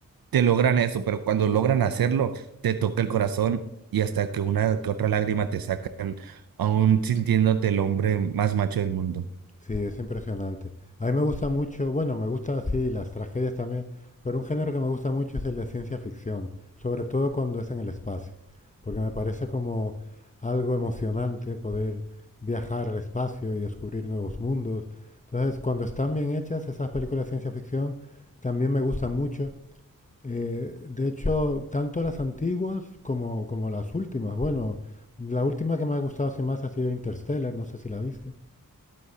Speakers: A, on the right; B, on the left.
A: te logran eso, pero cuando logran hacerlo, te toca el corazón y hasta que una que otra lágrima te sacan, aún sintiéndote el hombre más macho del mundo.
B: Sí, es impresionante. A mí me gusta mucho, bueno, me gusta así las tragedias también, pero un género que me gusta mucho es el de ciencia ficción, sobre todo cuando es en el espacio, porque me parece como algo emocionante poder viajar al espacio y descubrir nuevos mundos. Entonces, cuando están bien hechas esas películas de ciencia ficción, también me gustan mucho. Eh, de hecho, tanto las antiguas como, como las últimas. Bueno, la última que me ha gustado así más ha sido Interstellar, no sé si la viste.